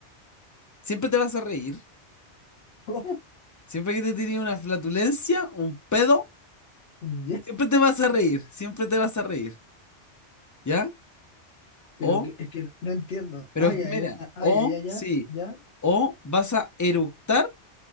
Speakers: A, on the left; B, on the left.
A: siempre te vas a reír.
B: <laughs>
A: Siempre que te tires una flatulencia, un pedo,
B: ¿Cómo? Ya,
A: siempre te vas a reír. Siempre te vas a reír. ¿Ya?
B: pero
A: O,
B: que, es que no entiendo.
A: pero
B: Ah, ya,
A: mira,
B: es una, ah,
A: o
B: ya, ya, ya,
A: sí,
B: ya,
A: o vas a eructar